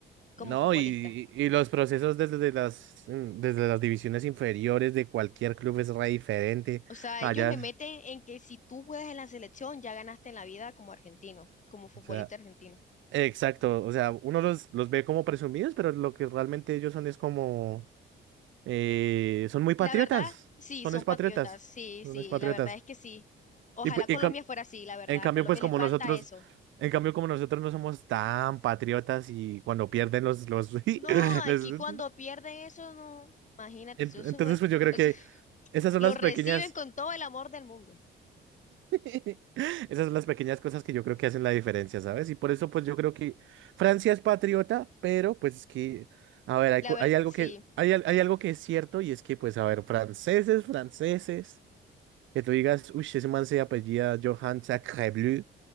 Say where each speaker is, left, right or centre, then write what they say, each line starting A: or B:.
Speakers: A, on the left; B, on the right.
A: como
B: No,
A: futbolista.
B: y, y los procesos desde las, mm, desde las divisiones inferiores de cualquier club es re diferente.
A: O sea,
B: Allá,
A: ellos le meten en que si tú juegas en la selección, ya ganaste en la vida como argentino, como futbolista
B: o sea,
A: argentino.
B: exacto. O sea, uno los, los ve como presumidos, pero lo que realmente ellos son es como, eh, son muy patriotas.
A: La verdad, sí,
B: Son
A: son
B: es patriotas.
A: patriotas, sí,
B: Son
A: sí,
B: es patriotas.
A: la verdad es que sí. Ojalá
B: Y, pu-
A: Colombia
B: y cam-
A: fuera así, la verdad,
B: en cambio,
A: a Colombia
B: pues como
A: le falta
B: nosotros,
A: eso.
B: en cambio, como nosotros no somos tan patriotas y cuando pierden los, los, <laughs>
A: No, aquí
B: les-
A: cuando pierden eso, no, imagínate,
B: Ent-
A: eso, eso
B: entonces,
A: fue-
B: pues yo creo
A: o
B: que
A: sea,
B: esas son
A: Lo
B: las
A: reciben
B: pequeñas.
A: con todo el amor del mundo.
B: <laughs> Esas son las pequeñas cosas que yo creo que hacen la diferencia, ¿sabes? Y por eso, pues yo creo que Francia es patriota, pero pues es que, a ver, hay,
A: La
B: co-
A: verdad,
B: hay algo
A: sí,
B: que, hay, al- hay algo que es cierto y es que, pues, a ver, franceses, franceses, que tú digas, uy, ese man se apellida Johan Sacrebleu,